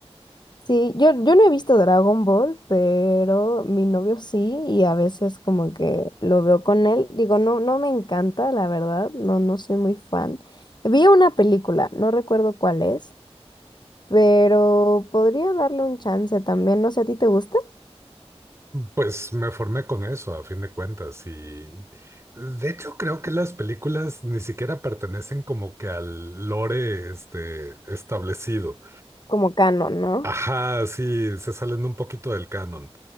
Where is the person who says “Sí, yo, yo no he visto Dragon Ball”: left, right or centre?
Left